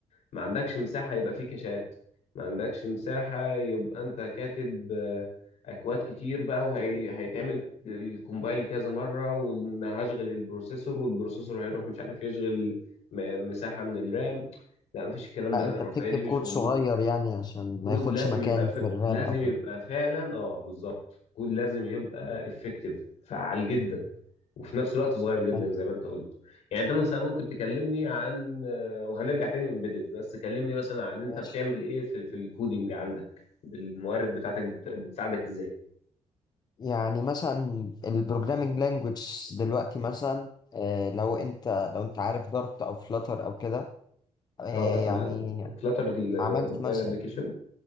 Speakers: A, on the left; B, on the left.
A: ما عندكش مساحه يبقى فيه كاشات ما عندكش مساحه يبقى انت كاتب آه، اكواد كتير بقى وهيتعمل الكومبايل كذا مره وان هشغل البروسيسور والبروسيسور هيروح مش عارف يشغل م- مساحه من الرام لا مفيش الكلام
B: لا
A: ده
B: انت
A: الرفاهيه
B: بتكتب
A: دي مش
B: كود
A: موجوده
B: صغير يعني عشان
A: كود
B: ما ياخدش
A: لازم
B: مكان
A: يبقى ف...
B: في الرام
A: لازم
B: او حاجة
A: يبقى فعلا اه بالظبط كود لازم يبقى افكتيف فعال جدا وفي نفس الوقت صغير جدا
B: ايوه
A: زي ما انت قلت يعني انت مثلا ممكن تكلمني عن آه، وهنرجع تاني امبيدد بس كلمني مثلا عن انت
B: ماشي
A: بتعمل ايه في, في الكودينج عندك الموارد بتاعتك بت- بتساعدك ازاي
B: يعني مثلا البروجرامينج لانجوج دلوقتي مثلا آه لو انت لو انت عارف دارت او فلاتر او كده آه
A: اه اسمع
B: يعني
A: عن فلاتر الموبايل
B: عملت مثلا
A: ابلكيشن